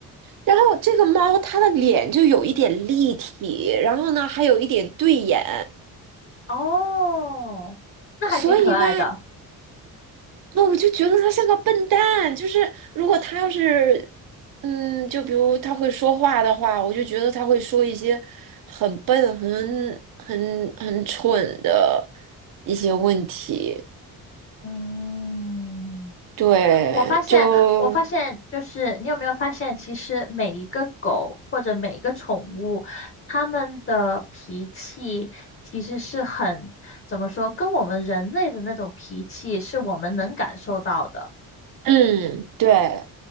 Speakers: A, on the right; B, on the left.
A: 然后这个猫它的脸就有一点立体，然后呢还有一点对眼，
B: 哦，那还挺可爱的。
A: 所以吧，那我就觉得他像个笨蛋，就是如果他要是，嗯，就比如他会说话的话，我就觉得他会说一些很笨、很很很蠢的一些问题。
B: 嗯，
A: 对，
B: 我发现，
A: 就
B: 我发现就是你有没有发现，其实每一个狗或者每一个宠物，它们的脾气其实是很，怎么说，跟我们人类的那种脾气是我们能感受到的。
A: 嗯，对，